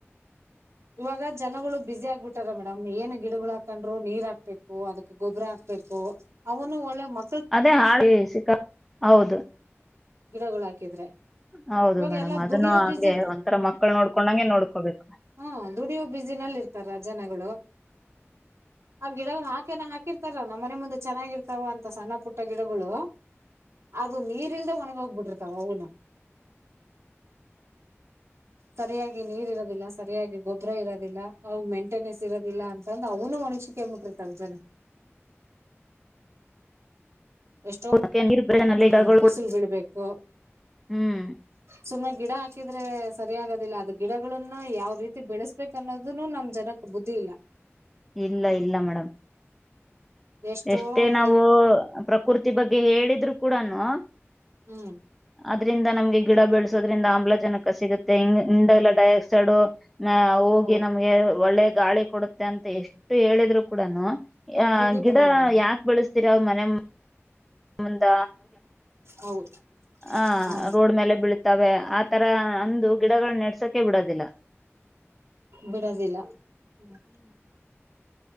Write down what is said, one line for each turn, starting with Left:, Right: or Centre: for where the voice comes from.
Right: ಇವಾಗ ಜನಗಳು ಬ್ಯುಸಿ ಆಗ್ಬಿಟ್ಟಾರ ಮೇಡಮ್ ಏನ್ ಗಿಡಗಳು ಹಾಕಂಡ್ರು ನೀರ್ ಹಾಕ್ಬೇಕು ಅದಕ್ ಗೊಬ್ಬರ ಹಾಕ್ಬೇಕು ಅವನು ಒಳ್ಳೆ ಮ
Centre: ಅದೇ ಹಾ ಸಿ ಹೌದು.
Right: ಗಿಡಗಳು ಹಾಕಿದ್ರೆ.
Centre: ಹೌದು
Right: ಇವಾಗ
Centre: ಮೇಡಮ್
Right: ಎಲ್ಲಾ
Centre: ಅದನ್ನು
Right: ದುಡಿಯೋ
Centre: ಹಂಗೆ
Right: ಬಿಸಿ
Centre: ಒಂಥರ ಮಕ್ಕಳ ನೋಡ್ಕೊಂಡಂಗೆ ನೋಡ್ಕೋಬೇಕು.
Right: ಹ್ಮ ದುಡಿಯೋ ಬ್ಯುಸಿನಲ್ಲಿ ಇರ್ತಾರ ಜನಗಳು ಆ ಗಿಡಗಳು ಹಾಕೆನ ಹಾಕಿರ್ತಾರ ನಮ್ ಮನೆ ಮುಂದೆ ಚೆನ್ನಾಗಿರ್ತಾವ ಅಂತ ಸಣ್ಣ ಪುಟ್ಟ ಗಿಡಗಳು ಅದು ನೀರಿ ಇಲ್ದೆ ಒಣಗಿ ಹೋಗಬಿಟ್ಟಿರ್ತಾವ ಅವುನೂ ಸರಿಯಾಗಿ ನೀರ್ ಇರೋದಿಲ್ಲ. ಸರಿಯಾಗಿ ಗೊಬ್ರ ಇರೋದಿಲ್ಲ ಅವ್ ಮೇಂಟೆನೆನ್ಸ್ ಇರೋದಿಲ್ಲ ಅಂತಂದ ಅವನು ಒಣಚಿಕೇಬಿಟ್ಟಿರ್ತಾರ ಜನ. ಎಷ್ಟೋ
Centre: ಅಕೆ ನೀರ್ ಬೆನಲ್ಲಿ
Right: ಹ್ಮ್
Centre: ಗಿಡಗಳು
Right: ಬಿಸಿಲು ಬೀಳ್ಬೇಕು
Centre: ಹ್ಮ್
Right: ಸುಮ್ಮನೆ ಗಿಡ ಹಾಕಿ. ಹಾಕಿದ್ರೆ ಸರಿ ಆಗೋದಿಲ್ಲ ಅದು ಗಿಡಗಳನ್ನ ಯಾವ ರೀತಿ ಬೆಳೆಸ್ಬೇಕು ಅನ್ನೋದನು ನಮ್ ಜನಕ್ ಬುದ್ಧಿ ಇಲ್ಲ.
Centre: ಇಲ್ಲ ಇಲ್ಲ ಮೇಡಮ್
Right: ಎಷ್ಟೋ
Centre: ಎಷ್ಟೇ ನಾವು
Right: ಇದು
Centre: ಪ್ರಕೃತಿ ಬಗ್ಗೆ ಹೇಳಿದ ಕೂಡನು
Right: ಹ್ಮ್
Centre: ಅದ್ರಿಂದ ನಮ್ಗೆ ಗಿಡ ಬೆಳೆಸೋದ್ರಿಂದ ಆಮ್ಲಜನಕ ಸಿಗುತ್ತೆ ಹ ಡೈಆಕ್ಸೈಡ್ ಹೋಗಿ
Right: ಹೌದು
Centre: ನಮ್ಗೆ ಒಳ್ಳೆ ಗಾಳಿ ಕೊಡುತ್ತೆ ಅಂತ ಎಷ್ಟು ಹೇಳಿದ್ರು ಕೂಡನು ಆ
Right: ಬುದ್ಧಿ
Centre: ಗಿಡ
Right: ಬರಲ್ಲ ಮೇಡಂ
Centre: ಯಾಕ ಬೆಳಸ್ತಿರ ಅವ್ ಮನೆ ಮುಂದ
Right: ಹೌದು
Centre: ಹ
Right: ಹಾ
Centre: ರೋಡ್ ಮೇಲೆ ಬೀಳತವೆ ಆತರ ಅಂದು ಗಿಡಗಳು ನಡ್ಸೋಕೆ ಬಿಡೋದಿಲ್ಲ
Right: ಬಿಡದಿಲ್ಲ ಹ್ಮ್